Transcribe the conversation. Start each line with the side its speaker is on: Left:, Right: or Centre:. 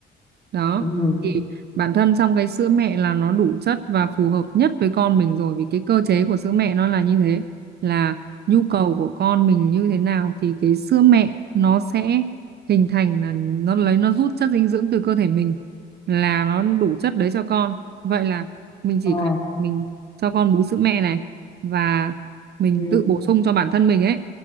Right: đó
Left: Ừ.
Right: thì bản thân trong cái sữa mẹ là nó đủ chất và phù hợp nhất với con mình rồi vì cái cơ chế của sữa mẹ nó là như thế là nhu cầu của con mình như thế nào thì cái sữa mẹ nó sẽ hình thành là nó lấy nó rút chất dinh dưỡng từ cơ thể mình là nó đủ chất đấy cho con vậy là mình chỉ
Left: À,
Right: cần mình cho con bú sữa mẹ này và mình
Left: ừ.
Right: tự bổ sung cho bản thân mình ấy